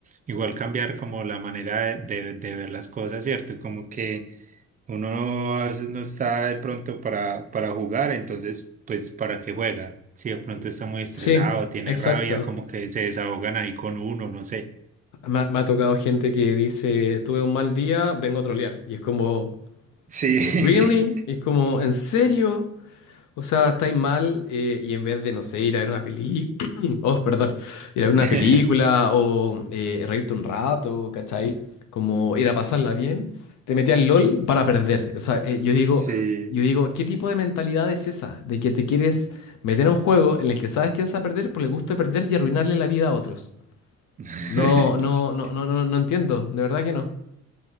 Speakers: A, on the right; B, on the left.
A: igual cambiar como la manera de, de de ver las cosas, cierto? Como que... Uno a veces no está de pronto para, para jugar, entonces, pues, ¿para qué juega? Si de pronto está muy estresado,
B: Sí,
A: tiene
B: exacto.
A: rabia, como que se desahogan ahí con uno, no sé.
B: Me, ha me ha tocado gente que dice, tuve un mal día, vengo a trolear. Y es como,
A: Sí.
B: ¿really? Y es como, ¿en serio? O sea, estáis mal eh, y en vez de, no sé, ir a ver una peli... <clears throat> oh, perdón, ir a ver una
A: <laughs>
B: película o eh, reírte un rato, ¿cachai? Como ir a pasarla bien, te metí al LOL para perder. O sea, eh, yo digo,
A: Sí.
B: yo digo, ¿qué tipo de mentalidad es esa? De que te quieres meter a un juego en el que sabes que vas a perder por el gusto de perder y arruinarle la vida a otros.
A: <laughs>
B: No, no, no, no, no, no entiendo, de verdad que no.